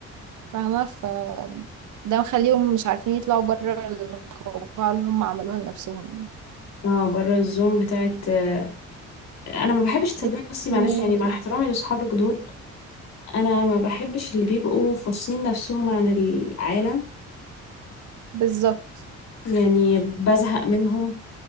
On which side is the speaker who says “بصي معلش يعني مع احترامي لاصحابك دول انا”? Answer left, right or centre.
Left